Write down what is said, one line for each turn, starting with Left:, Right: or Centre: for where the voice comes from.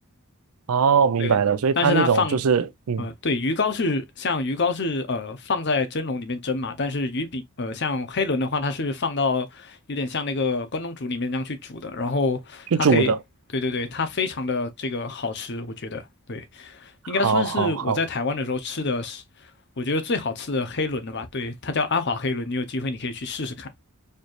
Right: 哦，明白了。
Left: 对，
Right: 所以它那种就是嗯，
Left: 但是它放，呃，对，鱼糕是像鱼糕是呃放在蒸笼里面蒸嘛，但是鱼饼呃像黑轮的话，它是放到有点像那个关东煮里面那样去煮的，然后它可以，
Right: 去煮的。
Left: 对对对，它非常的这个好吃，我觉得，对，
Right: 好，
Left: 应该算是我在台湾的时候吃的是，
Right: 好，好。
Left: 我觉得最好吃的黑轮了吧，对，它叫阿华黑轮，你有机会你可以去试试看。